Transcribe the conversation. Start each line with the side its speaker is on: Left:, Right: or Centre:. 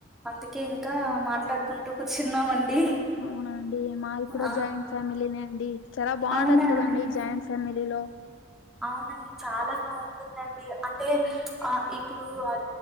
Centre: అందుకే ఇంకా మాట్లాడుకుంటూ కూర్చున్నామండి
Left: అవునా అండి మాది కూడా
Centre: ఆ
Left: జాయింట్ ఫ్యామిలీనే అండి చాలా బావుంటది
Centre: అవునా
Left: కదండీ
Centre: అండి
Left: జాయింట్ ఫ్యామిలీలో
Centre: అవునండి చాలా బావుంటుందండి అంటే ఆ ఇప్పుడు అ